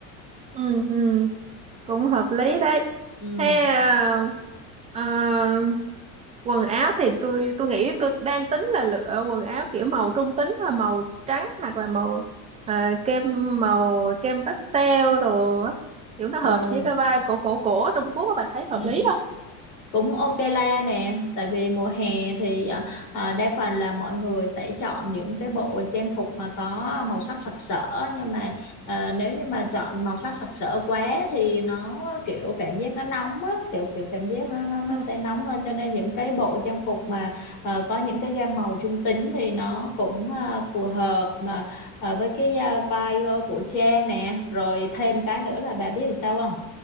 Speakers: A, on the right; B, on the left.
A: ừ ừ cũng hợp lý đấy
B: ừ
A: thế ờ, ờ, quần áo thì tôi tôi nghĩ tôi đang tính là lựa quần áo kiểu màu trung tính thôi màu trắng hoặc là màu ờ, kem màu kem pastel đồ á. kiểu nó hợp
B: ừ
A: với cái vibe cổ cổ cổ ở Trung Quốc á, bạn thấy hợp
B: ừ
A: lý không
B: cũng ok la nè tại vì mùa hè thì à, à, đa phần là mọi người sẽ chọn những cái bộ trang phục mà có màu sắc sặc sỡ nhưng mà à, nếu như mà chọn màu sắc sặc sỡ quá thì nó kiểu cảm giác nó nóng á kiểu kiểu cảm giác nó nó nó
A: ừ
B: sẽ nóng hơn cho nên những cái bộ trang phục mà à, có những cái gam màu trung tính thì nó cũng à, phù hợp mà à, với cái à, vibe của trang nè rồi thêm cái nữa là bà biết làm sao không